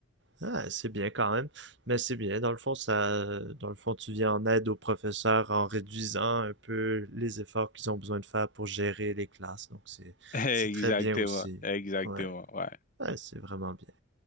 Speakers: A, on the right; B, on the left.
A: Ah, c'est bien quand même. Mais c'est bien. Dans le fond, ça, dans le fond, tu viens en aide aux professeurs en réduisant un peu les efforts qu'ils ont besoin de faire pour gérer les classes. Donc, c'est,
B: <laughs> Exactement,
A: c'est très bien aussi.
B: exactement,
A: Ouais.
B: ouais.
A: Ouais, c'est vraiment bien.